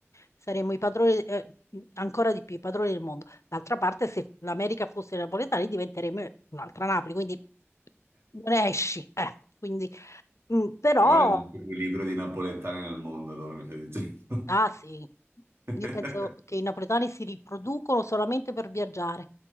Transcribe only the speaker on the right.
Ci vuole il giusto equilibrio di napoletani nel mondo, allora mi stai dicendo.
<laughs>